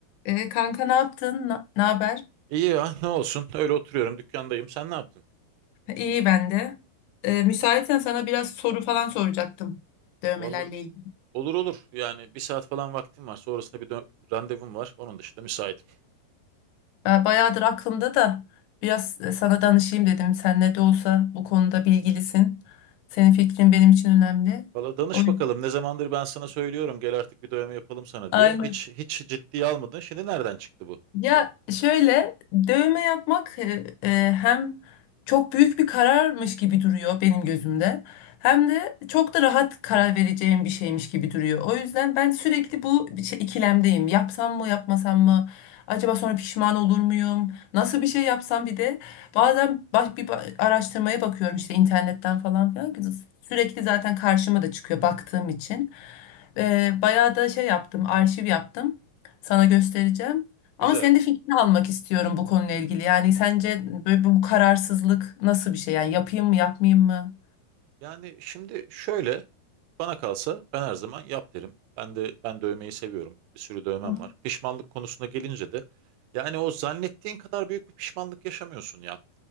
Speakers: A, on the left; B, on the right.
A: E, kanka ne yaptın? Na- Ne haber?
B: İyi ya ne olsun öyle oturuyorum dükkandayım sen ne yaptın?
A: İyi ben de. E, müsaitsen sana biraz soru falan soracaktım dövmelerle
B: Vallahi
A: ilgili.
B: olur olur yani bir saat falan vaktim var sonrasında bir dö- randevum var onun dışında müsaitim.
A: Ben bayağıdır aklımda da biraz e, sana danışayım dedim. Sen ne de olsa bu konuda bilgilisin. Senin fikrin benim için önemli.
B: Valla danış
A: O,
B: bakalım ne zamandır ben sana söylüyorum gel artık bir dövme yapalım sana
A: <laughs>
B: diye hiç hiç ciddiye almadın şimdi nereden çıktı bu?
A: Ya şöyle dövme yapmak e, e, hem çok büyük bir kararmış gibi duruyor benim gözümde. Hem de çok da rahat karar vereceğim bir şeymiş gibi duruyor. O yüzden ben sürekli bu şey- ikilemdeyim. Yapsam mı, yapmasam mı? Acaba sonra pişman olur muyum? Nasıl bir şey yapsam bir de bazen baş, bir ba- araştırmaya bakıyorum işte internetten falan filan. Sürekli zaten karşıma da çıkıyor baktığım için. Ee, bayağı da şey yaptım, arşiv yaptım. Sana göstereceğim.
B: Güzel
A: Ama senin de fikrini almak istiyorum bu konuyla ilgili. Yani sence böyle bu kararsızlık nasıl bir şey? Yani yapayım mı, yapmayayım mı?
B: yani şimdi şöyle bana kalsa ben her zaman yap derim ben de ben dövmeyi seviyorum bir sürü dövmem
A: Hı hı.
B: var pişmanlık konusuna gelince de yani o zannettiğin kadar büyük bir pişmanlık yaşamıyorsun ya.